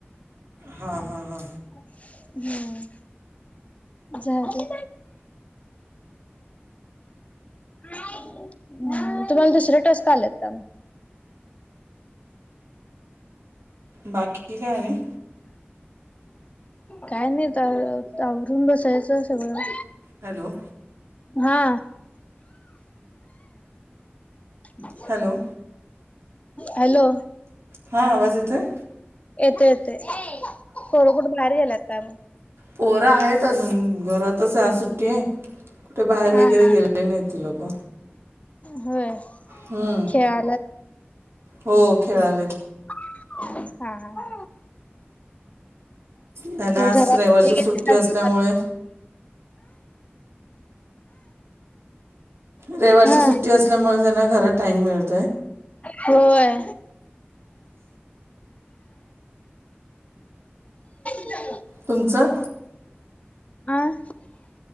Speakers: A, on the right (about 80°); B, on the left (about 35°).
A: हा हा हा.
B: हम्म. जाउ दे. हम्. तुम्हाला दुसरे टास्क आलेत का अजून?
A: बाकी काय आणि?
B: काय नाही. तर आवरून बसायचं सगळं.
A: हॅलो.
B: हा. ह
A: हॅलो.
B: हॅलो.
A: हां. आवाज येतोय?
B: येतोय. येतोय. पोर कुठे बाहेर गेलात का मग?
A: पोर आहेत अजून, घरातच आहे. आज सुट्टी आहे कुठे बाहेर
B: हा
A: वगैरे
B: हा.
A: गेले- नाही ती लोक.
B: होय.
A: हम्म.
B: खेळायला
A: हो खेळायले.
B: हा. हां.
A: त्यांना आज
B: घरात
A: रविवारची
B: <unintelligible>
A: सुट्टी असल्यामुळे रविवारची
B: हा
A: सुट्टी असल्यामुळे त्यांना घरात टाइम मिळत-
B: होय. <inaudible>
A: तुमचं?
B: आं?